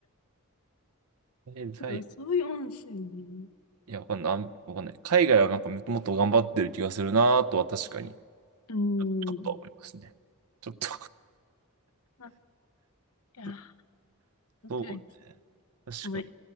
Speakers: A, on the right (about 75°); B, on the left (about 75°).
A: <laughs> え、だい、
B: でもそういう音声ね。
A: いや、わかんない。あんわかんない。海外はなんかもっと頑張ってる気がするなとは確かに、ち
B: うん。
A: ょっとは思いますね。ちょっと
B: あいや、
A: <laughs>
B: 本当に、
A: そうね。確かに。
B: もう、